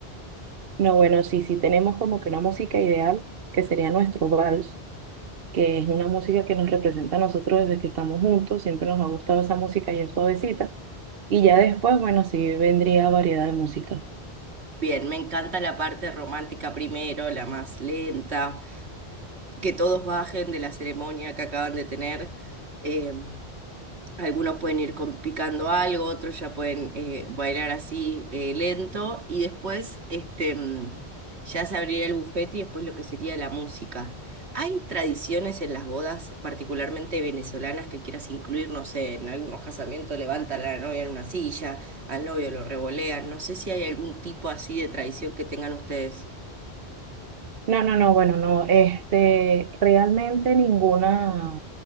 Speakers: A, on the right; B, on the right.
A: No, bueno, sí, sí tenemos como que una música ideal, que sería nuestro vals, que es una música que nos representa a nosotros desde que estamos juntos, siempre nos ha gustado esa música y es suavecita. Y ya después, bueno, sí vendría variedad de música.
B: Bien, me encanta la parte romántica primero, la más lenta, que todos bajen de la ceremonia que acaban de tener. em, Algunos pueden ir con- picando algo, otros ya pueden eh, bailar así eh, lento y después este, mm, ya se abrirá el bufete y después lo que sería la música. ¿Hay tradiciones en las bodas, particularmente venezolanas, que quieras incluir? No sé, en algunos casamientos levantan a la novia en una silla, al novio lo revolean. No sé si hay algún tipo así de tradición que tengan ustedes.
A: No, no, no, bueno, no, este, realmente ninguna,